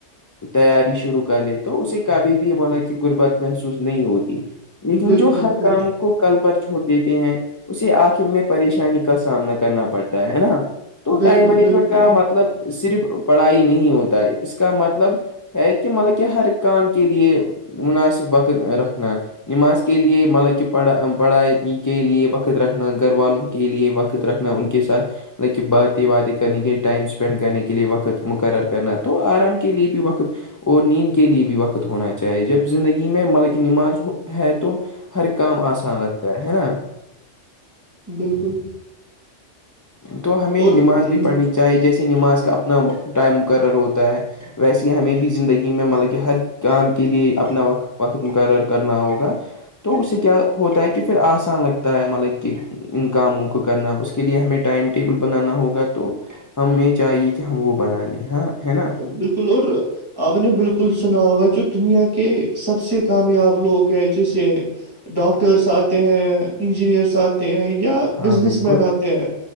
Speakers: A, on the left; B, on the right.
A: تیاری شروع کر لے تو اسے کبھی بھی مل کی غربت محسوس نہیں ہوتی لیکن
B: بالکل
A: جو ہر
B: ب-
A: کام کو کل پر چھوڑ دیتے ہیں اسے آخر میں پریشانی کا سامنا کرنا پڑتا ہے ہے نا تو
B: بالکل
A: ٹائم مینجمنٹ
B: بالکل
A: کا م مطلب صرف پڑھائی نہیں ہوتا ہے اس کا مطلب ہے کہ مطلب کہ ہر کام کے لیے مناسب وقت رکھنا نماز کے لئے مالک پڑھا پڑھائی کے لئے وقت رکھنا گھر والوں کے لیے وقت رکھنا ان کے ساتھ لط کہ باتیں باتیں کرنے کےئے ٹائم اسپینڈ کرنے کے لئے وقت مقرر کرنا تو آرام کے لئے بھی وقت اور نیند کے لیے بھی وقت ہونا چاہیے جب زندگی میں ملکی نماز ہے تو ہر کام آسان لگتا ہے ہے نا
B: بالکل
A: تو ہمیں
B: اور
A: نماز
B: ام،
A: بھی پڑھنی چاہیے جیسے نماز کا اپنا ٹائم مقرر ہوتا ہے ویسے ہی ہمیں بھی زندگی میں مطلب کہ ہر کام کے لئے اپنا وقت وقت مقرر کرنا ہوگا تو اس سے کیا ہوتا ہے کہ پھر آسان لگتا ہے مطلب کہ ان کاموں کو کرنا اس کے لیے ہمیں ٹائم ٹیبل بنانا ہوگا تو ہمیں چاہیے کہ ہم وہ بنا لیں ہاں ہے نا
B: بالکل اور آپ نے بالکل سنا ہوگا جو دنیا کے سب سے کامیاب لوگ ہیں جیسے ڈاکٹرس آتے ہیں انجینئرس آتے ہیں یا
A: ہاں
B: بزنس
A: بالکل
B: مین آتے ہیں